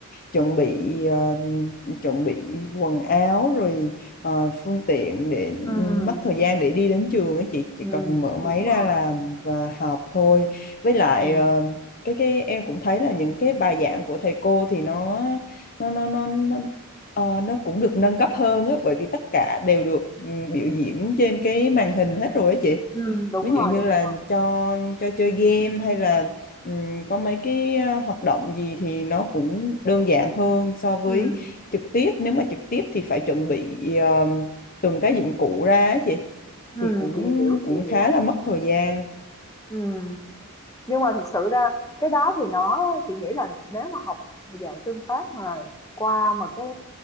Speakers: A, on the left; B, on the left.
A: chuẩn bị ờ, chuẩn bị quần áo rồi ờ, phương tiện để
B: ừm,
A: mất thời gian để đi đến trường á chị chỉ
B: ừm.
A: cần mở máy
B: Đúng
A: ra
B: rồi,
A: là và học thôi. Với lại
B: ừm.
A: ờ, cái cái em cũng thấy là những cái bài giảng của thầy cô thì nó nó nó nó nó Ờ, nó cũng được nâng cấp hơn á, bởi vì tất cả đều được ừ, biểu diễn trên cái màn hình hết rồi á chị.
B: Ừm. Đúng
A: Ví
B: rồi,
A: dụ như
B: đúng
A: là
B: rồi.
A: cho cho chơi game hay là ừ, có mấy cái ờ, hoạt động gì thì nó cũng đơn giản hơn so với
B: Ừm,
A: trực tiếp. Nếu mà trực tiếp thì phải chuẩn bị ờ, từng cái dụng cụ ra á chị
B: ừm.
A: thì cũng
B: Chị hiểu,
A: cũng
B: chị
A: khá
B: hiểu.
A: là mất thời gian.
B: Ừm. Nhưng mà thực sự ra cái đó thì nó chị nghĩ là nếu mà học dạng tương tác mà qua mà cái